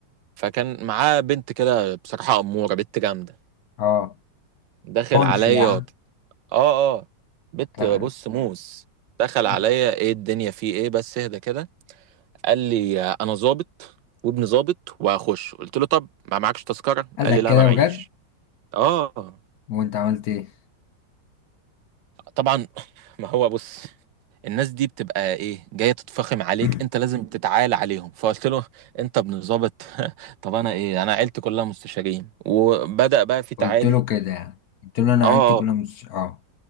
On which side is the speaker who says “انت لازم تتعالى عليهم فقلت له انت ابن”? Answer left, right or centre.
Right